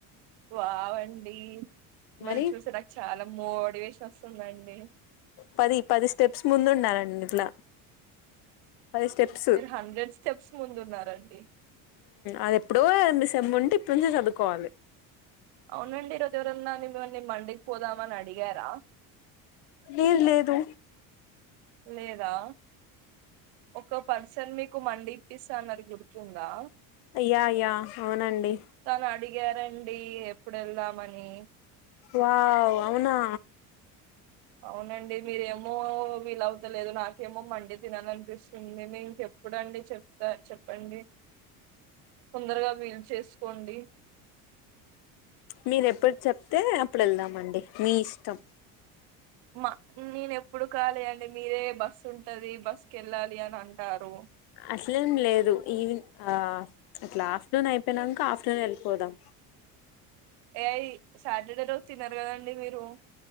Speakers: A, on the right (about 65°); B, on the left (about 60°).
A: వావ్ అండి మిమ్మల్ని
B: మరి
A: చూస్తే చాలా మోటివేషన్ వస్తుందండి
B: పది పది స్టెప్స్ ముందు ఉండాలండిట్లా పది స్టెప్స్
A: మీరు హండ్రెడ్ స్టెప్స్ ముందున్నారండి
B: అది ఎప్పుడో మ్ముంటే ఇప్పుడ్నుంచే చదువుకోవాలి
A: అవునండి ఈరోజు ఎవరన్నా మిమ్మల్ని మండికి పోదామ అని అడిగారా
B: లేదు లేదు
A: లేదా ఒక పర్సన్ మీకు మీకు మండిప్పిస్తాన్నది గుర్తుందా
B: యః యః అవునండి
A: తను అడిగారండి ఎప్పుడెళ్దామని
B: వావ్ అవునా
A: అవునండి మీరేమో వీలవతలేదు నాకేమో మండి తినాలనిపిస్తుంది మీక్ చెప్ ఎప్పుడండి చెప్తా చెప్పండి తొందరగా వీలు చేసుకోండి
B: మీరు ఎప్పుడు చెప్తే అప్పుడు వెళ్దామండి మీ ఇష్టం
A: మా నేనెప్పుడు కాలి అండి మీరే బస్ ఉంటది బస్కెల్లాలి అని అంటారు
B: అట్లెంలేదు ఈవిన్ ఆ అట్లా ఆఫ్టర్నూన్ అయిపోయినాక ఆఫ్టర్నూన్ వెళ్ళిపోదాం
A: ఏఐ సాటర్డే రోజు తినరు కదండి మీరు